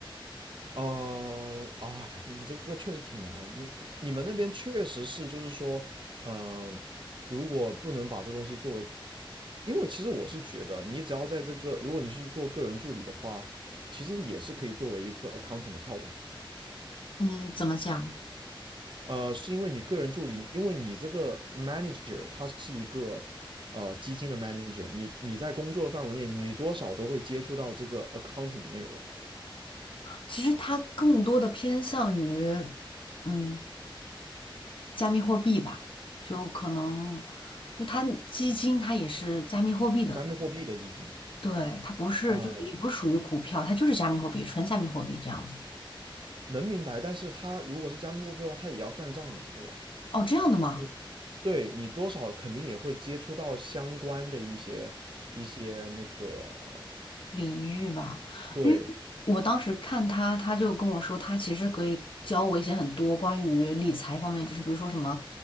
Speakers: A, on the right; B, on the left.
A: 呃，呃啊、你这个确实挺难，你你你们那边确实是，就是说，呃，如果不能把这东西作为，因为其实我是觉得，你只要在这个，如果你去做个人助理的话，其实也是可以作为一个 accounting 的跳板的。
B: 嗯，怎么讲？
A: 呃，是因为你个人助理，因为你这个 manager 他是一个呃基金的 manager，你你在工作范围内，你多少都会接触到这个 accounting 的内容的。
B: 其实它更多的偏向于，嗯，加密货币吧，就可能，因为它基金它也是加密货币的，
A: 加密货币的基金
B: 对，它不是，
A: 啊、
B: 就是也不是属于股票，它就是加密货币，纯加密货币这样子。
A: 能明白。但是它如果是加密货币的话，它也要算账的嘛，对吧？
B: 哦，这样的吗？
A: 你对你多少肯定也会接触到相关的一些一些那个
B: 领域吧，
A: 对
B: 因为我当时看他，他就跟我说，他其实可以教我一些很多关于理财方面，就是比如说什么